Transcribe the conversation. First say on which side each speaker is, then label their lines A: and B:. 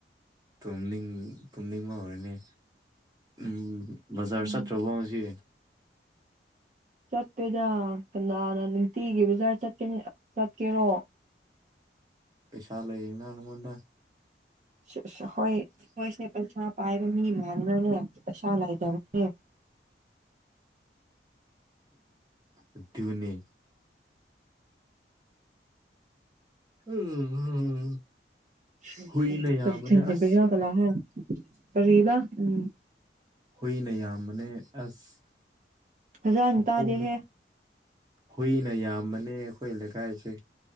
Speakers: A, on the right; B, on the right.
A: ꯇꯨꯝꯅꯤꯡ ꯇꯨꯝꯅꯤꯡꯕ ꯍꯧꯔꯦꯅꯦ ꯎꯝ ꯕꯖꯥꯔ
B: ꯎꯝ
A: ꯆꯠꯇ꯭ꯔꯕꯣ ꯉꯁꯤ
B: ꯆꯠꯇꯦꯗ ꯀꯅꯥꯅ ꯅꯨꯡꯇꯤꯒꯤ ꯕꯖꯥꯔ ꯆꯠꯀꯅꯤ ꯆꯠꯀꯦꯔꯣ
A: ꯄꯩꯁꯥ ꯂꯩꯌꯦꯅ ꯅꯉꯣꯟꯗ
B: ꯁ‌ꯦ ꯁ‌ꯦ ꯍꯣꯏ ꯈꯣꯏꯁꯦ ꯄꯩꯁꯥ ꯄꯥꯏꯕ ꯃꯤ ꯃꯥꯟꯕ꯭ꯔꯅꯦ ꯄꯩꯁꯥ ꯂꯩꯇ ꯕꯅꯦ
A: ꯑꯗꯨꯅꯦ ꯎꯝ
B: <unintelligible>
A: ꯍꯨꯏꯅ ꯌꯥꯝꯕꯅꯦ ꯑꯁ
B: ꯀꯔꯤꯕ ꯎꯝ
A: ꯍꯨꯏꯅ ꯌꯥꯝꯕꯅꯦ ꯑꯁ
B: ꯐꯖꯅ
A: ꯃꯈꯣꯡꯗ
B: ꯇꯥꯗꯦꯍꯦ
A: ꯍꯨꯏꯅ ꯌꯥꯝꯕꯅꯦ ꯑꯩꯈꯣꯏ ꯂꯩꯀꯥꯏꯁꯦ